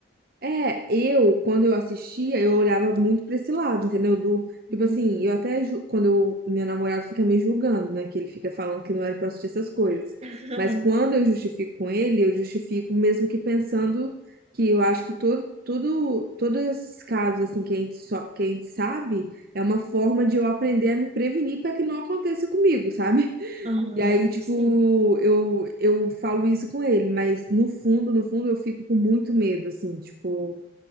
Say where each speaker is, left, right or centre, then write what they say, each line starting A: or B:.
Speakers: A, on the right (about 50°); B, on the right (about 35°).
A: É, eu, quando eu assistia, eu olhava muito pra esse lado, entendeu? Do,
B: Uhum.
A: tipo assim, eu até, ju- quando eu, meu namorado fica me julgando, né? Que ele fica falando que não era pra eu assistir essas coisas.
B: <laughs>
A: Mas quando eu justifico com ele, eu justifico mesmo que pensando que eu acho que todo, tudo, todos esses casos, assim, que a gente, só, que a gente sabe, é uma forma de eu aprender a me prevenir para que não aconteça comigo, sabe?
B: Aham,
A: E aí, tipo,
B: Sim.
A: eu, eu falo isso com ele, mas no fundo, no fundo, eu fico com muito medo, assim, tipo,